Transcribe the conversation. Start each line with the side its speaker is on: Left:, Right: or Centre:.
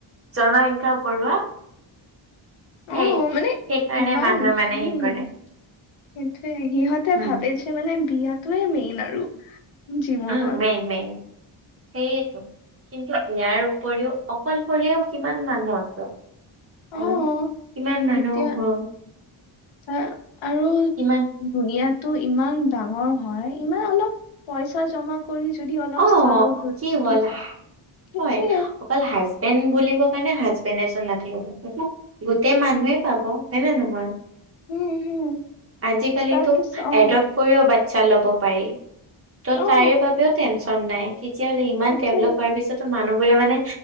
Right: জনসংখ্যা বঢ়োৱা সেয়ে।
Left: অঁ মানে
Right: সেইকাৰণে
Left: ইমান
Right: মানুহে মানে
Left: উম
Right: হেৰি কৰে।
Left: সেইটোৱে, সিহঁতে
Right: উম,
Left: ভাবে যে মানে বিয়াটোয়ে মেইন আৰু। জীৱনত
Right: উম মেইন মেইন, সেইয়েতো কিন্তু ইয়াৰ উপৰিও অকলশৰেও কিমান মানুহ আছে।
Left: অঁ,
Right: হয় কিমান মানুহ
Left: এতিয়া
Right: হয়
Left: আঁ আৰু
Right: কিমান
Left: দুনিয়াটো ইমান ডাঙৰ হয়, ইমান অলপ পইচা জমা কৰি যদি অলপ
Right: অ
Left: চাও ধনটো,
Right: কি হ'ল
Left: সেইটোয়ে।
Right: হয় অকল হাজবেণ্ড বুলিব কাৰণে হাজবেণ্ড এজন নাথাকিব। গোটেই মানুহে পাব, হয়নে নহয়।
Left: উম হম
Right: আজিকালিটো
Left: তাৰপিছত অ
Right: এডপ কৰিও বাচ্ছা ল'ব পাৰি, ত'
Left: অ
Right: তাৰে বাবেও টেনশ্যন নাই। তেতিয়াহ'লে ইমান
Left: সেইটোৱে
Right: ডেভলপ হোৱাৰ পিছতো মানুহবোৰে মানে